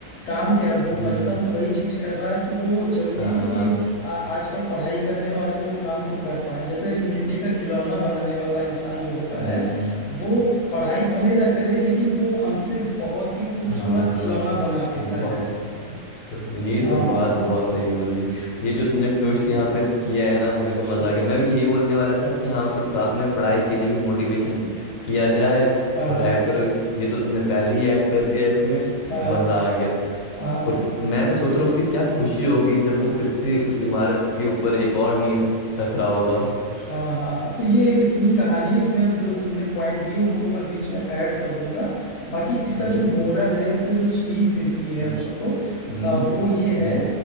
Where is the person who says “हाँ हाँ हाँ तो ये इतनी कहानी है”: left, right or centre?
Left